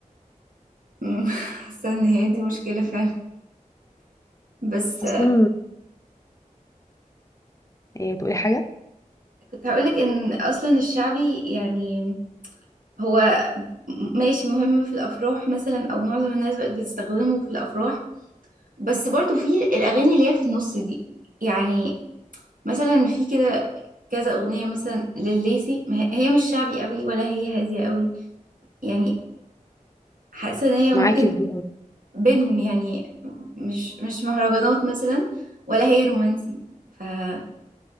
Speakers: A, on the right; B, on the left.
A: <laughs> حاسة ان هي دي مشكلة فعلا بس
B: اصلا ايه تقولي حاجه
A: كنت هقولك ان اصلا الشعبي يعني هو ماشي مهم في الافراح مثلا او معظم الناس بقت بتستخدمه في الافراح بس برضو في الاغاني اللي هي في النص دي يعني مثلا في كده كذا اغنيه مثلا لليسي ما هي هي مش شعبي قوي ولا هي هاديه قوي يعني حاسه ان هي ممكن
B: معاكي في دي
A: بينهم يعني مش مش مهرجانات مثلا ولا هي رومانسي فحاسه